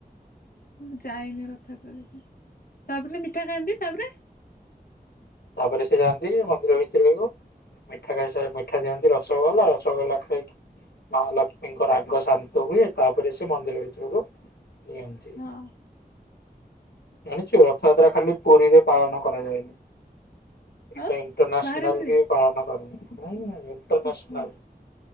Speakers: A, on the left; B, on the left.
A: ମୁଁ ଯାଇନି ତାପରେ <unintelligible> ମିଠା ଖାଆନ୍ତି ତାପରେ?
B: ତାପରେ ସେ ଯାଆନ୍ତି ମନ୍ଦିର ଭିତରକୁ ମିଠା ଖାଇସାରି ମିଠା ଦିଅନ୍ତି ରସଗୋଲା ରସଗୋଲା ଖାଇକି ମା ଲକ୍ଷ୍ମୀଙ୍କ ରାଗ ଶାନ୍ତ ହୁଏ ତାପରେ ସେ ମନ୍ଦିର ଭିତରକୁ ନିଅନ୍ତି।
A: ହଁ।
B: ଜାଣିଛୁ ରଥଯାତ୍ରା ଖାଲି ପୁରୀରେ ପାଳନ କରାଯାଏ ନି। ଏଇଟା
A: ଆଉ
B: ଇଣ୍ଟରନ୍ୟାସନାଲ
A: ବାହାରେ ପିଇବେ
B: ବି ପାଳନ କରନ୍ତି <inaudible> ଇଣ୍ଟରନାସନାଲ।
A: ଓହୋ